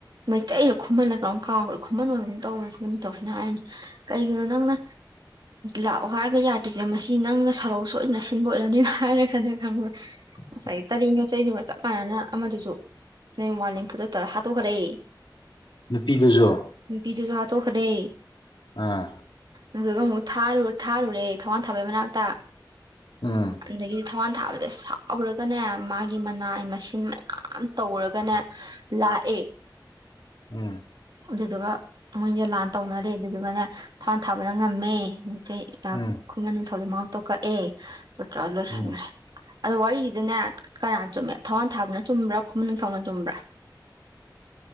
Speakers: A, on the right; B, on the left.
A: ꯃꯩꯇꯩꯔ ꯈꯨꯨꯝꯃꯜꯂ ꯀꯩꯅꯣꯝ ꯀꯥꯎꯈ꯭ꯔꯣ ꯈꯨꯃꯟ ꯑꯣꯏꯔꯝꯒꯨꯝ ꯇꯧꯕꯅꯤ ꯈꯨꯃꯟ ꯅꯤꯡꯊꯧꯁꯤꯅ ꯍꯥꯏꯔꯅꯤ ꯀꯩꯒꯤꯅꯣ ꯅꯪꯅ ꯂꯥꯛꯑꯣ ꯍꯥꯏꯔꯒ ꯌꯥꯗ꯭ꯔꯤꯁꯦ ꯃꯁꯤ ꯅꯪꯅ ꯁꯔꯧ ꯁꯣꯏꯗꯅ ꯁꯤꯟꯕ ꯑꯣꯏꯔꯅꯤꯅ ꯍꯥꯏꯔꯒꯅꯦ ꯈꯪꯕ꯭ꯔ
B: <inaudible>
A: ꯉꯁꯥꯏꯒꯤ ꯇꯔꯦꯡ ꯌꯣꯠ ꯆꯩꯗꯨꯒ ꯆꯞ ꯃꯥꯟꯅꯅ ꯑꯃꯗꯨꯁꯨ <unintelligible> ꯍꯥꯠꯇꯣꯛꯈ꯭ꯔꯦ
B: ꯅꯨꯄꯤꯗꯨꯖꯨ
A: ꯅꯨꯄꯤꯗꯨꯖꯨ ꯍꯥꯠꯇꯣꯛꯈꯔꯦ
B: ꯑꯥ
A: ꯑꯗꯨꯗ ꯑꯃꯨꯛ ꯊꯥꯔꯨ ꯊꯥꯔꯨꯔꯦ ꯊꯋꯥꯟ ꯊꯥꯕꯩ ꯃꯅꯥꯛꯇ
B: ꯎꯝ
A: ꯑꯗꯒꯤꯗꯤ ꯊꯥꯋꯥꯟ ꯊꯥꯕꯗ ꯁꯥꯎꯔꯒꯅꯦ ꯃꯥꯒꯤ ꯃꯅꯥꯏ ꯃꯁꯤꯟ ꯃꯌꯥꯝ ꯇꯧꯔꯒꯅꯦ ꯂꯥꯑꯦ
B: ꯎꯝ
A: ꯑꯗꯨꯗꯨꯒ ꯃꯣꯏꯅꯤꯖꯦ ꯂꯥꯟ ꯇꯧꯅꯔꯦ ꯑꯗꯨꯗꯨꯒꯅꯦ ꯊꯋꯥꯥꯟ ꯊꯥꯕꯅ ꯉꯝꯃꯦ ꯅꯨꯡꯀꯩ <unintelligible>
B: ꯎꯝ
A: ꯈꯨꯃꯟ ꯅꯤꯡꯊꯧꯖꯦ ꯃꯉꯛꯇꯣ ꯀꯛꯑꯦ ꯑꯗꯨ ꯇꯧꯔ ꯂꯣꯏꯁꯟꯒ꯭ꯔꯦ
B: ꯎꯝ
A: ꯑꯗꯣ ꯋꯥꯔꯤꯒꯤꯗꯤꯅꯦ ꯀꯅꯥ ꯆꯨꯝꯃꯦ ꯊꯧꯋꯥꯟ ꯊꯥꯕꯅ ꯆꯨꯝꯕ꯭ꯔꯥ ꯈꯨꯃꯟ ꯅꯤꯡꯊꯧꯅ ꯆꯨꯝꯕ꯭ꯔꯥ